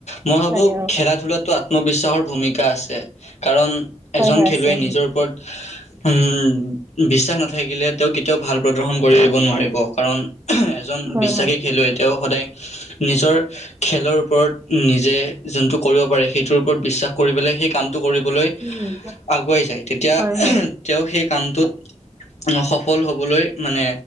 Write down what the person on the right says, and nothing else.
লাগে অ
হয়
হয়
আছে উম
হয়
হয়
উম
হয় হয়